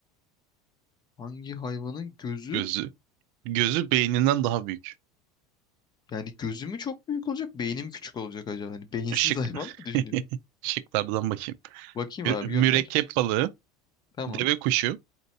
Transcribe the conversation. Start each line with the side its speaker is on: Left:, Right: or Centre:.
Left: Hangi hayvanın gözü
Right: Gözü. Gözü beyninden daha büyük.
Left: yani gözü mü çok büyük olacak beynim küçük olacak acaba? Hani beyinsiz
Right: Şık.
Left: <laughs> hayvan
Right: <laughs>
Left: mı düşünüyorum?
Right: Şıklardan bakayım.
Left: Bakayım
Right: Mü-
Left: abi
Right: mürekkep
Left: gönder.
Right: balığı,
Left: Tamam
Right: deve kuşu,